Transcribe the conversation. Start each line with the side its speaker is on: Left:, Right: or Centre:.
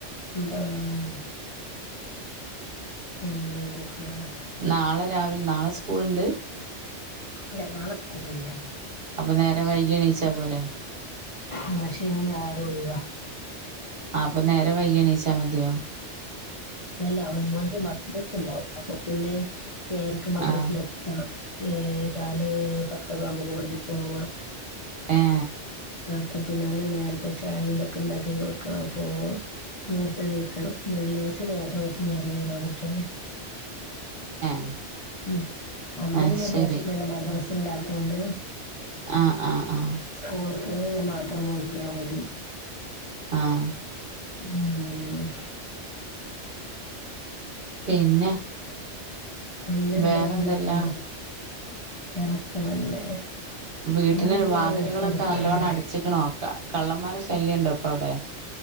Left: ഉം ഉം. പിന്നെ എന്തൊക്കെയാണ്
Right: ന്നാളെ രാവിലെ ന്നാളെ സ്കൂള്ണ്ട്.
Left: ല്ല നാളെ സ്കൂളില്ല.
Right: അപ്പ നേരം വൈകി എണീച്ചാ പോരെ.
Left: ന്ന ശനി ഞായർ ഒഴിവാ.
Right: ആഹ് അപ്പ ന്നേരം വൈകി എണീച്ചാ മത്യോ.
Left: ല്ല ല്ലോ ഒൻമോൻക്ക് മദ്രസ്ണ്ടാവും അപ്പൊ പിന്നെ ഏയര്ക്ക് മദ്രസ്
Right: ആ
Left: ലെത്തണം. ഏ കാല് പത്തൊക്കാവുമ്പൊ കൊട്ന്ന് പോവണം.
Right: ഏ
Left: കാപ്പ പിന്നോന് നേരത്തെ ചായിം തൊക്കെണ്ടാക്കി കൊടുക്കണം അപ്പോ. നേർത്തെണീക്കണം വെള്ള്യായ്ച മാത്രം കൊർച്ച് നേര വൈകാ പറ്റുള്ളൂ.
Right: ഏ
Left: ഉം അന്ന്
Right: ആഹ്
Left: പിന്നെ
Right: ശരി
Left: പ്രശ്നല്ല മദ്രസ് ല്ലാത്തോണ്ട്.
Right: ആഹ് ആഹ് ആഹ്.
Left: സ്കൂൾക്ക് മാത്രം നോക്ക്യാ മതി.
Right: ആഹ്.
Left: ഉം.
Right: പിന്നെ.
Left: പിന്നെന്താ
Right: വേറെന്തെല്ലാം
Left: അങ്ങനെ പോണ് വേറൊക്ക നല്ലേ.
Right: വീട്ടിന്
Left: ഉമ്മേം ഉപ്പേം
Right: വാതിലുകളൊക്കെ
Left: ഇങ്ങളെ അടുത്തായിരിക്കുംല്ലേ
Right: നല്ലോണം അടച്ച്ക്ക്ണോ ക കള്ളന്മാരെ ശല്യണ്ടോപ്പൗടെ